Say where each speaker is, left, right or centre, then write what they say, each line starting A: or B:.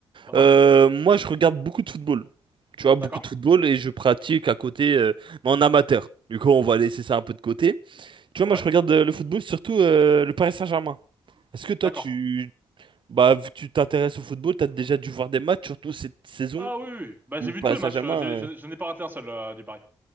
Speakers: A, on the right; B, on the right.
A: Hein
B: Euh, moi, je regarde beaucoup de football. Tu vois, beaucoup
A: D'accord.
B: de football et je pratique à côté, euh, mais en amateur. Du coup, on va laisser ça un peu de côté. Tu vois,
A: Ouais.
B: moi, je regarde euh, le football, surtout euh, le Paris Saint-Germain. Est-ce que toi,
A: D'accord.
B: tu... Bah, vu que tu t'intéresses au football, t'as déjà dû voir des matchs, surtout cette saison
A: Ah oui, oui. Bah,
B: où
A: j'ai
B: le
A: vu
B: Paris
A: tous les
B: Saint-Germain...
A: matchs, euh, j'ai-
B: euh,
A: je je n'ai pas raté un seul euh, du Paris.